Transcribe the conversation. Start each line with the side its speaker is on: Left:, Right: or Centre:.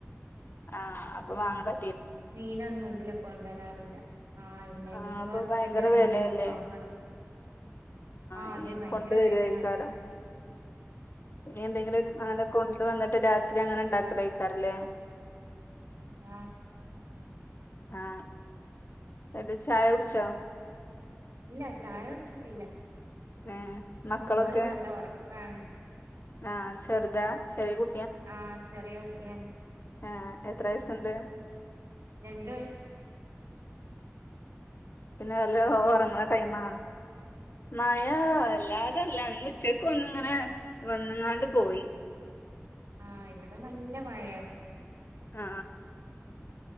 Left: ആഹ് അപ്പൊ വാങ്ങല്
Right: മീനൊന്നും ഇതിലെ കൊണ്ടരാറില്ല ആഹ് ഇല്ല ഇനിയിപ്പോ
Left: ആഹ് അപ്പൊ
Right: ഹസ്ബൻഡ്
Left: ഭയങ്കര
Right: വരുമ്പോന്ടെലും
Left: വിലയല്ലേ
Right: വാങ്ങണം ആഹ്
Left: ഇനി
Right: അതെ ഭയങ്കര
Left: കൊണ്ടുവരുവായിക്കാരം
Right: വെലയാണ്
Left: ഇനി എന്തെങ്കിലും അങ്ങനെ കൊണ്ടുവന്നിട്ട് രാത്രി അങ്ങനെ ഉണ്ടാക്കലായി തല്ലേ
Right: ആ
Left: ആ എന്നട്ട് ചായ കുടിച്ചോ?
Right: ഇല്ല ചായ വെച്ചിട്ടില്ല
Left: ഏ മക്കളൊക്കെ
Right: മോള് നല്ല ഉറക്കാണ്.
Left: ആ ചെറുതാ ചെറിയ കു
Right: ആ ചെറിയ കുട്ടിയ
Left: ആ എത്ര വയസുണ്ട്?
Right: രണ്ട് വയസ്
Left: പിന്നെ നല്ല ഉറങ്ങണ ടൈം ആണ് മയ അല്ലാതല്ല ഇന്നുച്ചക്ക് ഒന്ന്‌ ഇങ്ങനെ വന്നങ്ങാണ്ട് പോയി.
Right: ആ ഇവിടെ നല്ല മഴയപ്പോ.
Left: ആ